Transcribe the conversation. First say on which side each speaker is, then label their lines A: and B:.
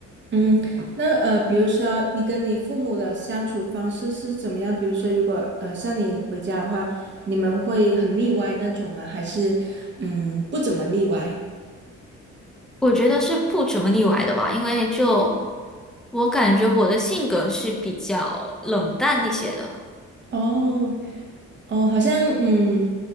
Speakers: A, on the right; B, in the centre.
A: 嗯，那呃，比如说你跟你父母的相处方式是怎么样？比如说，如果呃像你回家的话，你们会很腻歪那种吗？还是嗯不怎么腻歪？
B: 我觉得是不怎么腻歪的吧，因为就我感觉我的性格是比较冷淡一些的。
A: 哦，哦，好像嗯，